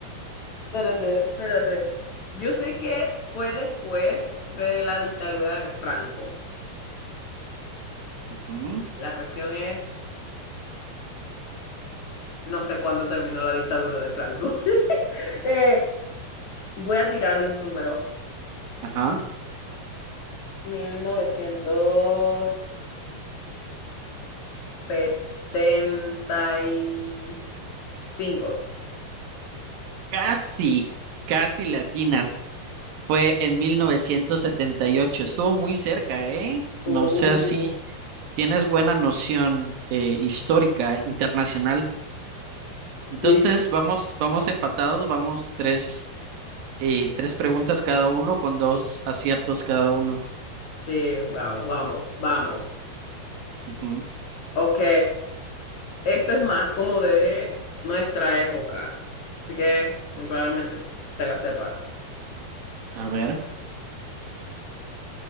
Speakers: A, on the left; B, on the right.
A: espérate. Espérate. Yo sé que fue después de la dictadura de Franco.
B: Ujú,
A: La cuestión es, no sé cuándo terminó la dictadura de Franco. <laughs> Eh, voy a tirar un número.
B: Ajá.
A: Mil novecientos setenta y cinco.
B: Casi, casi latinas. Fue en 1978. Estuvo muy cerca, ¿eh?
A: Uh.
B: No sé si tienes buena noción eh, histórica, internacional.
A: Sí,
B: Entonces, vamos, vamos empatados, vamos tres, eh, tres preguntas cada uno con dos aciertos cada uno.
A: sí, vamos, vamos, vamos.
B: Ujú.
A: Ok, esto es más como de nuestra época, así que muy probablemente s- te la sepas.
B: A ver,